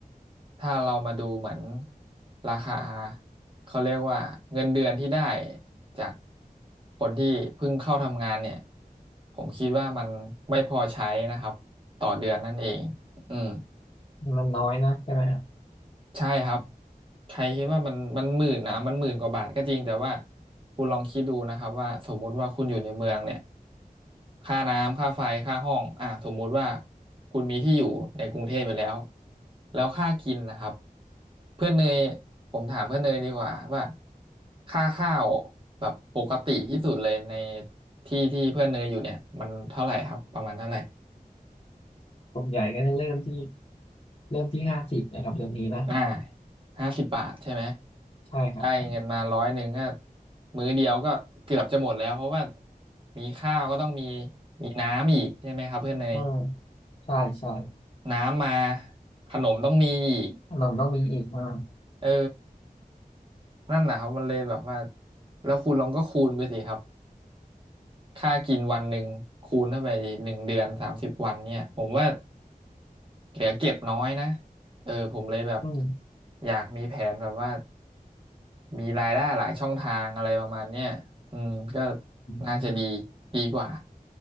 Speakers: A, on the right; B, on the left.
A: ถ้าเรามาดูเหมือนราคาเขาเรียกว่าเงินเดือนที่ได้จาก คนที่เพิ่งเข้าทำงานเนี่ยผมคิดว่ามันไม่พอใช้นะครับต่อเดือนนั่นเองอืม
B: มันน้อยนะใช่ไหมครับ
A: ใช่ครับใครคิดว่ามันมันหมื่นนะมันหมื่นกว่าบาทก็จริงแต่ว่าคุณลองคิดดูนะครับว่าสมมุติว่าคุณอยู่ในเมืองเนี่ย ค่าน้ำค่าไฟค่าห้องอ่ะสมมุติว่าคุณมีที่อยู่ในกรุงเทพไปแล้วแล้วค่ากินนะครับเพื่อนเนยผมถามเพื่อนเนยดีกว่าว่าค่าข้าวแบบปกติที่สุดเลยในที่ที่เพื่อนเนยอยู่เนี่ยมันเท่าไหร่ครับประมาณเท่าไหร่
B: ส่วนใหญ่ก็จะเริ่มที่เริ่มที่ห้าสิบนะครับเดี๋ยวนี้นะ
A: อ่าห้าสิบบาทใช่ไหม
B: ใช่ครับใช่
A: ได้เงินมาร้อยหนึ่งก็มื้อเดียวก็เกือบจะหมดแล้วเพราะว่ามีข้าวก็ต้องมีมีน้ำอีกใช่ไหมครับเพื่อนเนย
B: เออใช่ใช่
A: น้ำมาขนมต้องมีอีก
B: ขนมต้องมีอีกอ่า
A: เออนั่นแหละครับมันเลยแบบว่าแล้วคุณลองก็คูณไปสิครับค่ากินวันหนึ่งคูณเข้าไปหนึ่งเดือนสามสิบวันเนี่ยผมว่าเหลือเก็บน้อยนะเออผมเลยแบบ
B: <laughs> อืม
A: อยากมีแผนแบบว่ามีรายได้หลายช่องทางอะไรประมาณเนี้ยอืมก็
B: อืม
A: น่าจะดีดีกว่า